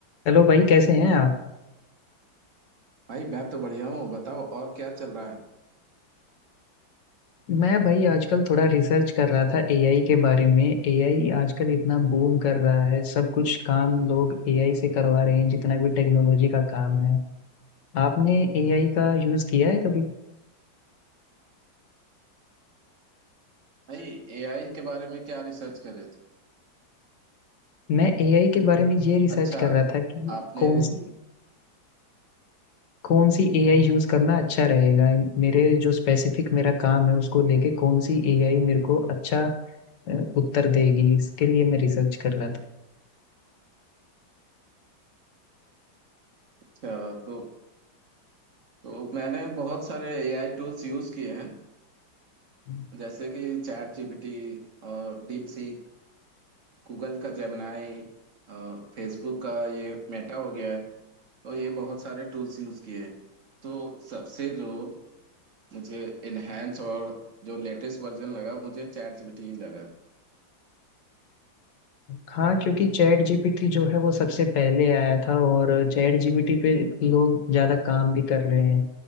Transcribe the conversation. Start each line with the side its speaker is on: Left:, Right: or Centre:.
Left: Hello भाई कैसे हैं आप
Right: भाई मैं तो बढ़िया हूँ बताओ और क्या चल रहा है
Left: मैं भाई आजकल थोड़ा रिसर्च कर रहा था एआई के बारे में एआई आजकल इतना बूम कर रहा है सब कुछ काम लोग एआई से करवा रहे हैं जितना भी टेक्नोलॉजी का काम है आपने एआई का यूज किया है कभी
Right: भाई एआई के बारे में क्या रिसर्च कर रहे थे
Left: मैं एआई के बारे में ये रिसर्च
Right: अच्छा
Left: कर रहा था कि
Right: आपने
Left: कौन सी कौन सी एआई यूज करना अच्छा रहेगा मेरे जो स्पेसिफिक मेरा काम है उसको लेके कौन सी एआई मेरे को अच्छा अ, उत्तर देगी इसके लिए मैं रिसर्च कर रहा
Right: अच्छा तो तो मैंने बहुत सारे एआई टूल्स यूज किए हैं
Left: था
Right: जैसे कि चैट जीपीटी और डीप सीक गूगल का जेमिनाई फेसबुक का ये मेटा हो गया है तो ये बहुत सारे टूल्स यूज किए हैं। तो सबसे जो मुझे इनहेंस और जो लेटेस्ट वर्जन लगा मुझे चैट जीपीटी ही लगा
Left: हाँ क्योंकि चैट जीपीटी जो है वो सबसे पहले आया था और चैट जीपीटी पे लोग ज्यादा काम भी कर रहे हैं